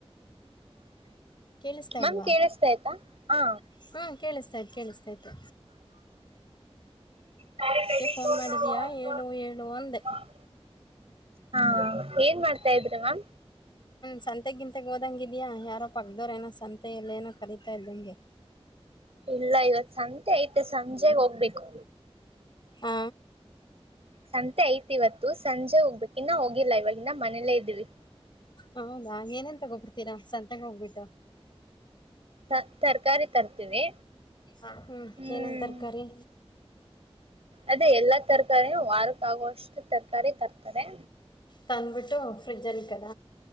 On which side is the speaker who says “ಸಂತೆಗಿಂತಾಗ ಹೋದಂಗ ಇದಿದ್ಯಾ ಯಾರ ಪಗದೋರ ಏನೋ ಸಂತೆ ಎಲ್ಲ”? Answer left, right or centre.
Left